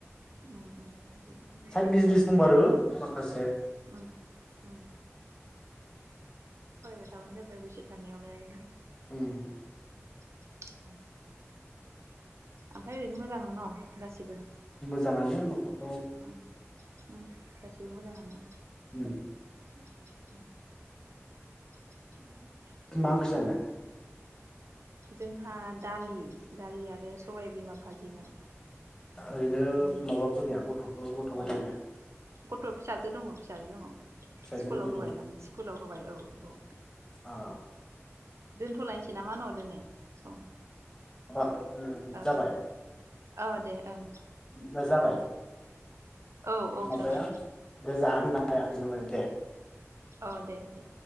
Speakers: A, on the right; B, on the left.
A: उम उम दे मोजाङानो
B: साइद बिजनेस
A: जागोन दे
B: दंबारो
A: फरायबानो जाबाय
B: माखासे
A: उम उम फरायबाय थाबानो जाबाय बैसो थानायावलाय आरो उम
B: उम
A: <inaudible> आमफाय ओरैनो मोजां न' गासिबो?
B: मोजाङानो न'खद
A: ओं उम गासिबो मोजाङानो
B: उम
A: उम उम <unintelligible>
B: मा ओंख्रि जानाय
A: जोंहा दालि दालि आरो सबायबिमा फाजिमोन
B: ओरैनो माबाफोर गैया गथ' ग गथ गथाय गैला
A: गथ' फिसाजो दङ फिसाजो दङ
B: फिसाजो
A: स्कुलाव
B: उन्दै
A: होबाय
B: दं
A: माने स्कुलाव होबाय औ औ
B: अ
A: दोनथ'लायनसै नामा न' दिनै सम
B: मा उ
A: ओ
B: जाबाय
A: औ दे ओं
B: ना जाबाय
A: औ औ
B: माबाया
A: जाबाय
B: गोजा आं नायाखैनोमोन दे
A: औ दे दे